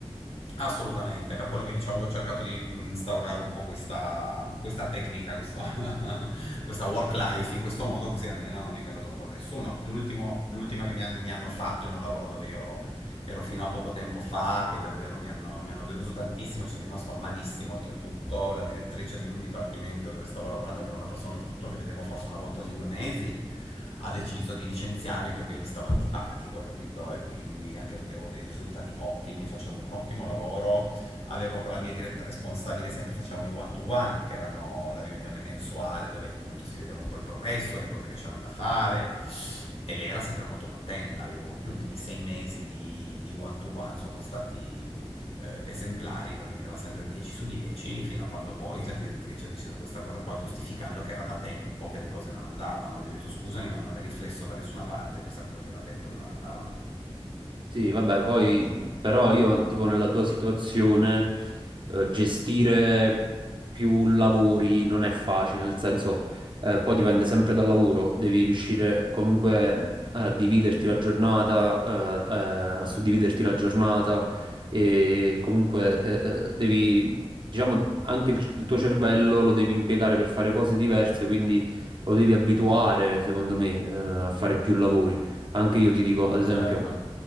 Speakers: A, on the left; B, on the right.
A: Assolutamente, per quello che diciamo che ho cercato di mh, instaurare un po' questa, questa tecnica, questo- <laughs> questa work life in questo modo, così almeno non dipendo troppo da nessuno. L'ultimo- l'ultima che mi, han- mi hanno fatto in un lavoro dove io ero fino a poco tempo fa, che davvero mi hanno, mi hanno deluso tantissimo, ci sono rimasto malissimo oltretutto, la direttrice di un dipartimento dove stavo lavorando, che era una persona oltretutto che vedevo forse una volta ogni due mesi, ha deciso di licenziarmi perché io gli stavo antipatico, capito? E quindi anche perché avevo dei risultati ottimi, facevo un ottimo lavoro, avevo con la mia diretta responsabile sempre facciamo i one to one, che erano la riunione mensuale dove appunto si vedeva un po' il progresso, le cose che c'erano da fare. E lei era sempre molto contenta. Io, gli ultimi sei mesi di, di one to one sono stati eh, esemplari perché mi dava sempre 10 su 10, fino a quando poi la direttrice ha deciso questa cosa qua, giustificando che era da tempo che le cose non andavano. Gli ho detto scusami, ma non è riflesso da nessuna parte questa cosa che è da tempo che non andavano.
B: Sì, vabbè, poi
A: Quindi,
B: però io tipo nella tua situazione eh, gestire più lavori non è facile, nel senso eh, poi dipende sempre dal lavoro, devi riuscire comunque mh, a dividerti la giornata, eh, eh, a suddividerti la giornata e comunque eh, eh, devi, diciamo, anche il, il tuo cervello lo devi impiegare per fare cose diverse, quindi lo devi abituare, secondo me, eh, a fare più lavori. Anche io ti dico, ad esempio
A: certo.